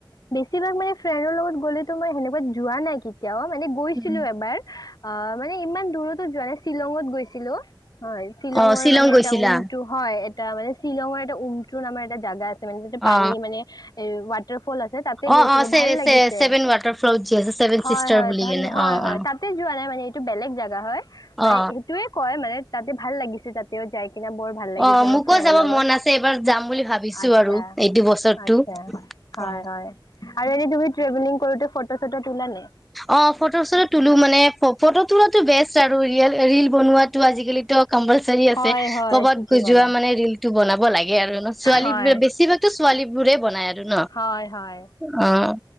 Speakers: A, on the left (about 55°); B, in the centre.
A: বেছিভাগ মানে ফ্ৰেণ্ডৰ লগত গ'লেতো, মই হেনেকুৱাত যোৱা নাই কি তেওঁ মানে গৈছিলোঁ
B: উম।
A: এবাৰ। অ', মানে ইমান দূৰতো যোৱা নাই। শ্বিলঙত গৈছিলোঁ। হয় শ্বিলঙৰ
B: অ শ্বিলং
A: মানে
B: গৈছিলা
A: এটা উমটো হয়। এটা মানে শ্বিলঙৰ উমটো নামৰ এটা জাগাত মানে, তাতে পানী
B: অ
A: মানে এই ৱাট ফল্ আছে, তাতে
B: অ
A: গৈছিলোঁ।
B: অ চে
A: ভাল লাগিছে।
B: চে ছেভেন ৱাটাৰ ফ্ল'ত যি আছে ছেভেন
A: হয়,
B: চিষ্টাৰ
A: হয়।
B: বুলি কেনে
A: হয়,
B: অ
A: হয়।
B: অ
A: তাতে যোৱা নাই মানে এইটো বেলেগ জাগা হয়। মানে
B: অ
A: হেইটোয়ে কয় মানে তাতে ভাল লাগিছে, তাতেও যাই কিনা বৰ ভাল লাগিছে
B: অ',
A: মোৰ
B: মোকো
A: ফ্ৰেণ্ডৰ
B: যাব
A: লগত
B: মন আছে। এইবাৰ যাম বুলি ভাবিছো
A: আচ্ছা
B: আৰু এইটো বছৰটো।
A: আচ্ছা হয়,
B: অ
A: হয়। আৰু এদিন তুমি ট্ৰেভেলিং কৰোতে ফটো চটো তোলা নে?
B: অ', ফটো চটো তোলো, মানে ফটো তোলাতো বেষ্ট আৰু ৰিয়েল ৰিল বনোৱাটো আজিকালি ত' কম্পালচাৰী আছে।
A: হয় হয়
B: ক'বাত
A: ঠিকেই ক'লা
B: যোৱা মানে ৰিলটো বনাব লাগে আৰু ন। ছোৱালী,
A: হয়
B: বেছিভাগতো ছোৱালী এইবোৰে বনাই আৰু ন।
A: হয়, হয়,
B: অ'।